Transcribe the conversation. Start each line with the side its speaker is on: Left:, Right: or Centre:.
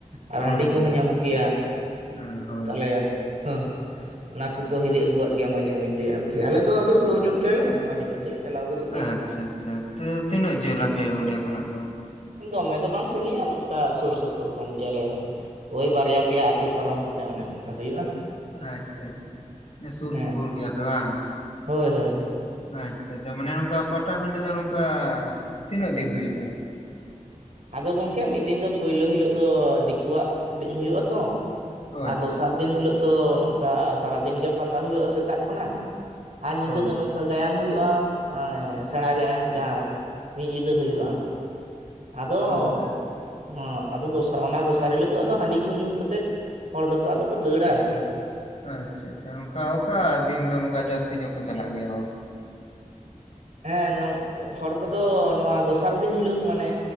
Right: ᱟᱨ
Left: ᱦᱳᱭ
Right: ᱦᱟᱺᱰᱤ ᱠᱚᱦᱚᱸ
Left: ᱦᱳᱭ
Right: ᱧᱟᱢᱚᱜ ᱜᱮᱭᱟ,
Left: ᱦᱮᱸ ᱦᱳᱭ
Right: ᱛᱟᱞᱦᱮ ᱦᱚᱦᱼᱚ, ᱚᱱᱟ
Left: ᱦᱳᱭ
Right: ᱠᱚᱠᱚ ᱦᱤᱨᱤ ᱟᱹᱜᱩᱣᱟᱜ ᱜᱮᱭᱟ, ᱢᱟᱡᱽᱷᱮ ᱢᱚᱡᱽᱫᱷᱮ ᱟᱨᱠᱤ ᱟᱞᱮ ᱫᱚ ᱟᱫᱚ ᱥᱩᱨ ᱧᱚᱜ ᱜᱮ ᱛᱮᱞᱮ, ᱢᱟᱡᱽᱮ ᱢᱚᱡᱽᱫᱷᱮ ᱞᱮ ᱪᱟᱞᱟᱣ ᱜᱚᱫᱚᱜ ᱜᱮᱭᱟ
Left: ᱟᱻᱪᱪᱷᱟ ᱟᱪᱪᱷᱟ, ᱛᱟᱹ ᱛᱤᱱᱟᱹᱜ ᱡᱷᱟᱹᱞ ᱟᱯᱮ ᱚᱸᱰᱮ ᱠᱷᱚᱱᱟᱜ ᱫᱚ?
Right: ᱫᱚᱢᱮ ᱫᱚ ᱵᱟᱝ ᱥᱟᱺᱜᱤᱧᱟ ᱱᱚᱝᱠᱟ ᱥᱩᱨ ᱥᱩᱯᱩᱨ ᱠᱟᱱ ᱜᱮᱭᱟᱞᱮ᱾ ᱳᱭ ᱵᱟᱨᱭᱟ ᱯᱮᱭᱟ ᱟᱹᱛᱩ ᱯᱟᱨᱚᱢ ᱠᱟᱛᱮ ᱚᱱᱮ ᱚᱱᱠᱟ ᱦᱩᱭᱩᱜᱼᱟ᱾
Left: ᱟᱪᱪᱷᱟ ᱟᱪᱪᱷᱟ ᱥᱩᱨ
Right: ᱦᱮᱸ
Left: ᱥᱩᱯᱩᱨ
Right: ᱦᱮᱸ
Left: ᱜᱮᱭᱟᱯᱮ ᱵᱟᱝ᱾
Right: ᱦᱳᱭ ᱦᱳᱭ ᱦᱳᱭ᱾
Left: ᱟᱪᱪᱷᱟ ᱟᱪᱪᱷᱟ, ᱢᱟᱱᱮ ᱱᱚᱝᱠᱟ ᱯᱟᱴᱟᱵᱤᱸᱰᱟᱹ ᱫᱚ ᱱᱚᱝᱠᱟ ᱛᱤᱱᱟᱹᱜ ᱫᱤᱱ ᱦᱩᱭᱩᱜᱼᱟ?
Right: ᱟᱫᱚ ᱜᱚᱢᱠᱮ ᱢᱤᱫ ᱫᱤᱱ ᱫᱚ ᱯᱳᱭᱞᱳ ᱦᱤᱞᱳᱜ ᱫᱚ ᱫᱤᱠᱩᱣᱟᱜ ᱠᱟᱹᱴᱤᱡ ᱦᱩᱭᱩᱜ-ᱟ ᱛᱚ,
Left: ᱚ
Right: ᱟᱨ
Left: ᱟᱪᱪᱷᱟ
Right: ᱫᱚᱥᱟᱨ ᱫᱤᱱ ᱦᱤᱞᱳᱜ ᱫᱚ ᱱᱚᱝᱠᱟ ᱥᱟᱨᱟᱫᱤᱱ ᱜᱮ ᱯᱟᱛᱟ ᱦᱩᱭᱩᱜᱼᱟ ᱥᱮᱛᱟᱜ ᱠᱷᱚᱱᱟᱜ᱾ ᱟᱨ ᱧᱤᱫᱟᱹ
Left: ᱦᱳᱭ
Right: ᱫᱚ ᱱᱚᱝᱠᱟ ᱜᱟᱭᱟᱱ ᱦᱩᱭᱩᱜᱼᱟ, ᱢᱚᱱᱮ ᱥᱮᱲᱟ ᱜᱟᱭᱟᱱ ᱡᱟᱸᱦᱟ ᱢᱤᱫ ᱧᱤᱫᱟᱹ ᱦᱩᱭᱩᱜᱼᱟ᱾ ᱟᱫᱚ
Left: ᱦᱳᱭ
Right: ᱚ ᱟᱫᱚ ᱫᱚᱥᱟᱨ ᱚᱱᱟ ᱫᱚᱥᱟᱨ ᱦᱤᱞᱳᱜ ᱫᱚ ᱟᱫᱚ ᱦᱟᱺᱰᱤ ᱠᱚ ᱧᱩ ᱠᱟᱛᱮᱫ ᱦᱚᱲ ᱫᱚᱠᱚ ᱟᱫᱚ ᱠᱚ ᱫᱟᱹᱲᱟ ᱟᱨᱠᱤ᱾
Left: ᱟᱪᱪᱷᱟ ᱟᱪᱪᱷᱟ ᱱᱚᱝᱠᱟ ᱚᱠᱟ ᱫᱤᱱ ᱫᱚ ᱱᱚᱝᱠᱟ ᱡᱟᱹᱥᱛᱤ ᱧᱚᱜ ᱠᱚ ᱪᱟᱞᱟᱜ ᱜᱮᱭᱟ ᱦᱚᱲ ᱠᱚᱫᱚ?
Right: ᱦᱮᱸ ᱦᱚᱲ ᱠᱚᱫᱚ ᱱᱚᱣᱟ ᱫᱚᱥᱟᱨ ᱫᱤᱱ ᱦᱤᱞᱳᱜ ᱢᱟᱱᱮ